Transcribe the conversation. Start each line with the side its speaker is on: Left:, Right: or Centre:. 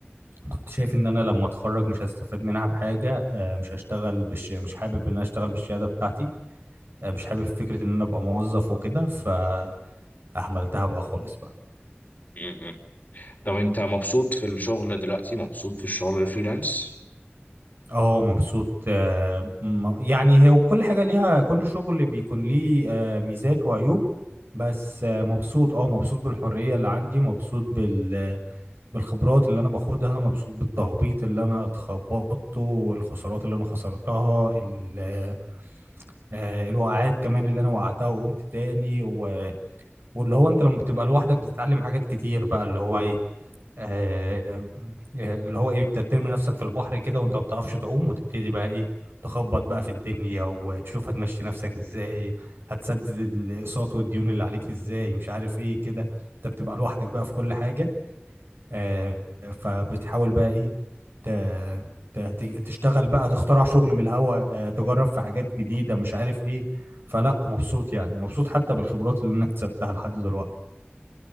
Right: كنت شايف ان انا لما اتخرج مش هستفاد منها بحاجه آه، مش هشتغل بالش... مش حابب ان انا اشتغل بالشهاده بتاعتي آه، مش حابب فكره ان انا ابقى موظف وكده فاهملتها بقى خالص بقى
Left: مم. طب أنت مبسوط في الشغل دلوقتي مبسوط في الشغل الفريلانس؟
Right: اه مبسوط آه، م- يعني هي كل حاجه ليها كل شغل بيكون ليه آه، ميزات وعيوب بس آه، مبسوط اه مبسوط بالحريه اللي عندي مبسوط بال بالخبرات اللي انا باخدها مبسوط بالتخبيط اللي انا اتخبطته الخسارات اللي انا خسرتها ال... آه، الوقعات كمان اللي انا وقعتها وقمت تاني و... واللي هو انت لما بتبقى لوحدك بتتعلم حاجات كتير بقى اللي هو ايه آه... آه، اللي هو ايه بترمي نفسك في البحر كده وانت ما بتعرفش تعوم وتبتدي بقى ايه تخبط بقى في الدنيا وتشوف هتمشي نفسك ازاي هتسدد الاقساط والديون اللي عليك ازاي مش عارف ايه كده انت بتبقى لوحدك بقى في كل حاجة آه، فبتحاول بقى ايه ت- ت- تشتغل بقى تخترع شغل من الهوا آه، تجرب في حاجات جديدة مش عارف ايه فلا مبسوط يعني مبسوط حتى بالخبرات اللي انا اكتسبتها لحد دلوقتي